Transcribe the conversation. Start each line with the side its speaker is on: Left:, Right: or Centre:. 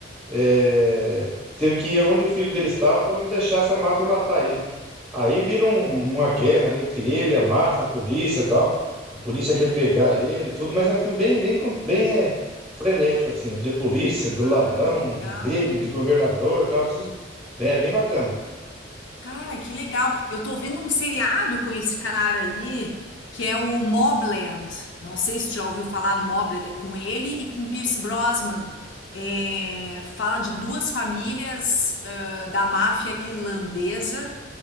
Centre: é, teve que ir onde o filho dele estava para não deixar essa máfia matar ele. Aí vira
Left: Ah,
Centre: um- uma guerra ali entre ele, a máfia, a polícia e tal. A polícia quer pegar ele, e tudo, mas é um filme bem, bem, con- bem é, frenético, assim, de polícia, do
Left: ah,
Centre: ladrão,
Left: legal.
Centre: de dele, de governador, e tal. Precisa- É bem bacana.
Left: Cara, que legal. Eu tô vendo um seriado com esse cara aí, que é o Mobland. Não sei se tu já ouviu falar no Mobland, é com ele e com Pierce Brosnan. É, fala de duas famílias, ãh, da máfia irlandesa